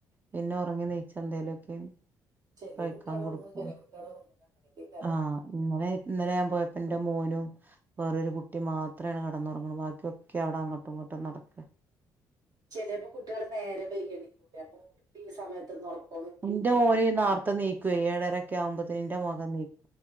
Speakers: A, on the right (about 25°); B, on the right (about 55°).
A: പിന്നെ ഉറങ്ങി നെയയിച്ച എന്തേലുംൊക്കെ
B: ചെലെ
A: കഴിക്കാൻ
B: കുട്ടികൾ
A: കൊടുക്കും
B: ഉറങ്ങും ചെലെ കുട്ടികൾ ഉറങ്ങൂല അങ്ങനെയൊക്കെക്കാരം
A: ആഹ ഇന്നലെ ഇന്നലെ ഞാൻ പോയ അപ്പ എന്റെ മോനും വേറൊരു കുട്ടി മാത്രോണ് കടന്നുറങ്ങുന്നത് ബാക്കിയൊക്കെ അവിടെ അങ്ങോട്ടും ഇങ്ങോട്ടും നടക്ക
B: ചിലപ്പോ കുട്ടികൾ നേരെ വരികണ്ടിക്കൂല അപ്പൊ ഈ സമയത്ത് നോക്ക
A: നിന്റെ മോന ഈ നാർത്തത്തെ നീക്കു ഏഴരൊക്കെ ആവുമ്പോത്തേ നിന്റെ മുഖം നീക്കും